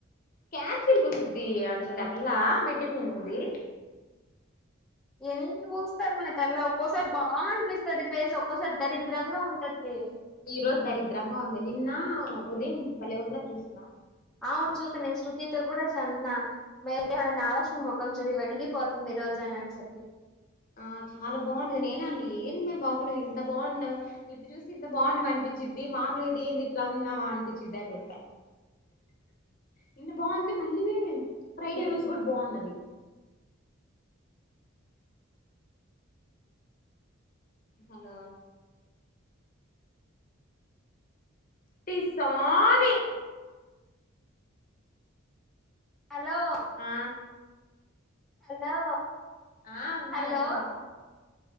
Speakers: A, on the left; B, in the centre.
A: క్యాప్సిల్ పూసిద్ది అంజలి ఆ పిల్లా విటమిన్ ది
B: ఎన్ని పూస్తర్ మే తెల్ల ఒక్కోసారి బాగా అనిపిస్తుది ఫేస్ ఒక్కోసారి దరిద్రంగా ఉంటద్ది.
A: ఈరోజు దరిద్రంగా ఉంది నిన్న ఉదయం భలే ఉన్నది చూసినవా
B: అవును చూసాను నేను శృతితో కూడా చన్న మే ఆ నాగలక్ష్మి ముఖం చూడి వెలిగిపోతుంది. ఈ రోజు అని అని చెప్పి,
A: ఆ చాలా బాగుండేది నేనే అన్న ఏంది మే బాబు నువ్వు ఇంత బాగున్నవ్ ఇట్ చూస్తే ఇంత బాగున్నవు అనిపించిద్ది మామూలు అయితే ఏంది ఇట్లా ఉన్నావా అనిపించిది అని చెప్పా, నిన్న బాగుంది మళ్ళీ ఫ్రైడే రోజు కూడా బాగున్నది. హలో టీ ఇస్సావాని
B: హలో
A: ఆ
B: హలో
A: ఆ ఉన్నా
B: హలో
A: ఉన్నాలే